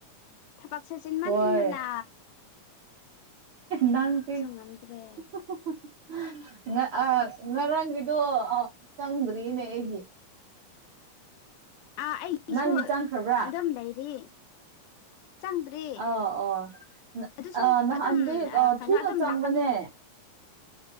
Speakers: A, on the left; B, on the right.
A: ꯊꯕꯛꯁꯦ ꯆꯤꯟꯃꯟꯗꯅꯥ
B: ꯍꯣꯏ ꯅꯪꯗꯤ ꯑꯍꯍꯍ
A: ꯉꯝꯗ꯭ꯔꯦ
B: ꯉ ꯑ ꯉꯔ ꯔꯥꯡꯒꯤꯗꯨ ꯆꯪꯗ꯭ꯔꯤꯅꯦ ꯑꯩꯒꯤ꯫
A: ꯑꯥ ꯑꯩꯒꯤꯁꯨ
B: ꯅꯪꯒꯤ ꯆꯪꯈ꯭ꯔꯕ꯭ꯔꯥ
A: ꯑꯗꯨꯝ ꯂꯩꯔꯤ꯫ ꯆꯪꯗ꯭ꯔꯤ
B: ꯑꯥ ꯑꯣ ꯑꯥ
A: ꯑꯗꯨꯁꯨ
B: ꯑ ꯅꯍꯥꯟꯗꯤ
A: ꯑꯗꯨꯝ ꯀꯩꯅꯣ
B: ꯊꯨꯅ
A: ꯑꯗꯨꯝ
B: ꯆꯪꯕꯅꯦ
A: ꯂꯥꯛꯀꯅꯤꯅꯦ꯫ <unintelligible>